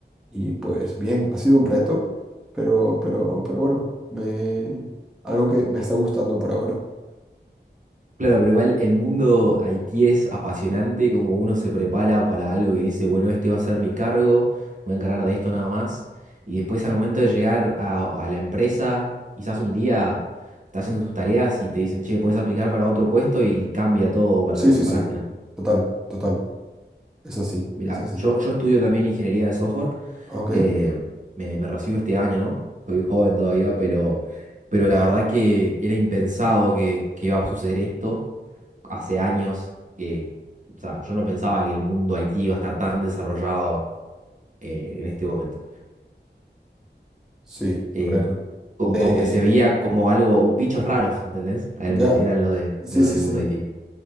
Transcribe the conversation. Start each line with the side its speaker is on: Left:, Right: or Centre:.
Centre: Y pues bien, ha sido un reto, pero, pero, pero bueno, me, algo que me está gustando por ahora.
Right: Claro, pero igual el mundo Haití es apasionante, como uno se prepara para algo que dice, bueno, este va a ser mi cargo, voy a encargar de esto nada más. Y después al momento de llegar a, a la empresa, quizás un día estás haciendo tus tareas y te dicen, che, puedes aplicar para otro puesto y cambia todo para
Centre: Sí,
Right: lo que
Centre: sí,
Right: te preparaste,
Centre: sí,
Right: ¿no?
Centre: total, total. Es así,
Right: Mira,
Centre: es así.
Right: yo, yo estudio también ingeniería de software.
Centre: Ok,
Right: eh, me, me recibo este año, ¿no? Soy joven todavía, pero, pero la verdad que era impensado que, que iba a suceder esto. Hace años que, o sea, yo no pensaba que el mundo IT iba a estar tan desarrollado eh, en este momento.
Centre: sí,
Right: Eh,
Centre: a ver.
Right: com-
Centre: De.
Right: como, que se veía como algo, bichos raros, ¿entendés? A
Centre: Ya.
Right: él del- Eran los, de,
Centre: Sí,
Right: los
Centre: sí,
Right: del
Centre: sí.
Right: mundo IT.